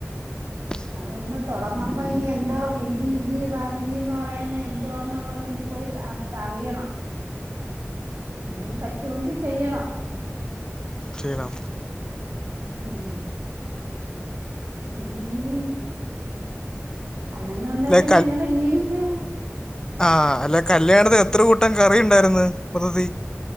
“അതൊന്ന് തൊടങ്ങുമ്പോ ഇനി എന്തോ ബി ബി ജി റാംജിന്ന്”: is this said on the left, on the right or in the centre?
Right